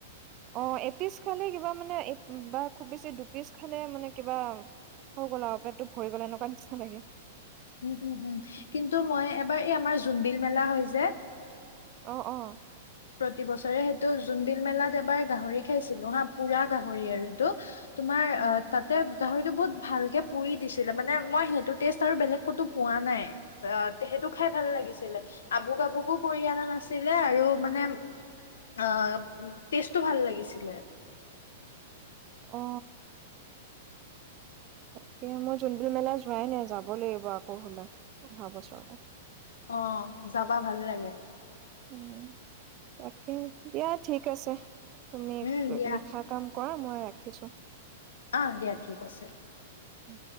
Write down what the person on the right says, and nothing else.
অঁ এপিচ খালে কিবা মানে বা খুব বেছি দুপিচ খালে মানে কিবা হৈ গ'ল আৰু পেটত ভৰি গ'ল এনেকুৱা নিচিনা লাগে।
অঁ অঁ
উম,
অ। তাকে মই যোনবিল মেলা যোৱাই নাই। যাব লাগিব আকৌ হলে, অহা বছৰ
উম। তাকে দিয়া ঠিক আছে, তুমি
লিখা কাম কৰা, মই ৰাখিছো
উম।